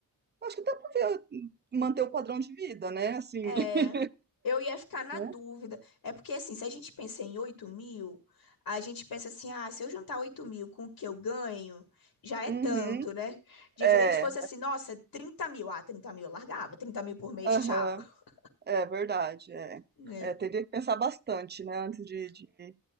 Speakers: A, on the right; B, on the left.
A: Acho que dá pra ver, manter o padrão de vida, né? Assim,
B: É,
A: <laughs>
B: eu ia ficar na
A: né?
B: dúvida. É porque, assim, se a gente pensa em 8 mil, a gente pensa assim, ah, se eu juntar 8 mil com o que eu ganho, já é
A: Uhum,
B: tanto, né? Diferente
A: é,
B: se fosse assim, nossa, trinta mil. Ah, 30 mil eu largava, 30 mil por mês,
A: aham,
B: tchau. <laughs>
A: é verdade. É.
B: Né,
A: É, teria que pensar bastante, né, antes de, de,